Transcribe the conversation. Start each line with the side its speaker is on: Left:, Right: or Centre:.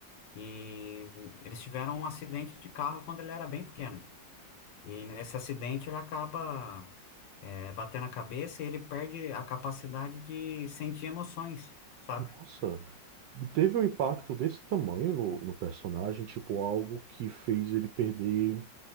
Left: E eles tiveram um acidente de carro quando ele era bem pequeno. E nesse acidente ele acaba é, batendo a cabeça e ele perde a capacidade de sentir emoções, sabe?
Right: Nossa, teve um impacto desse tamanho no, no personagem, tipo algo que fez ele perder